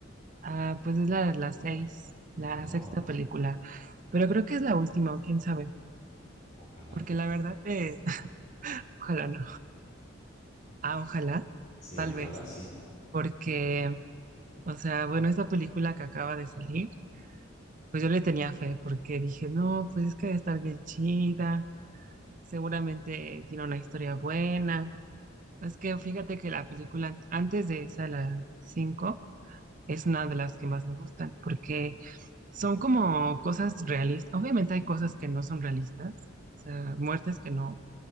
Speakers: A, on the right; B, on the left.
A: Ah, pues es la, la seis, la
B: Ah,
A: sexta película, pero creo que es la última, o quién sabe,
B: ojalá
A: porque
B: no.
A: la verdad es, <laughs> ojalá no, ah, ojalá,
B: Sí,
A: tal
B: ojalá
A: vez,
B: sí.
A: porque, o sea, bueno, esta película que acaba de salir, pues yo le tenía fe, porque dije, no, pues es que debe estar bien chida, seguramente tiene una historia buena, es que fíjate que la película antes de esa, la cinco, es una de las que más me gustan, porque son como cosas realistas. Obviamente hay cosas que no son realistas, o sea, muertes que no,